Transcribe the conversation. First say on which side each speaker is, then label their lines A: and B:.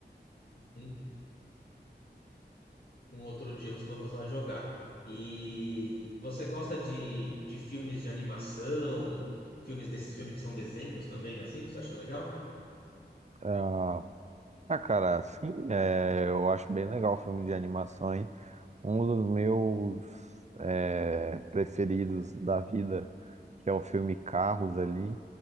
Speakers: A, on the left; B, on the right.
A: um um outro dia você falou que gostava de jogar. E você gosta de, de filmes de animação, filmes desses filmes que são desenhos também, assim? Você acha legal?
B: ah, ah, cara, sim, é, eu acho bem legal o filme de animação, hein? Um dos meus é, preferidos da vida, que é o filme Carros ali,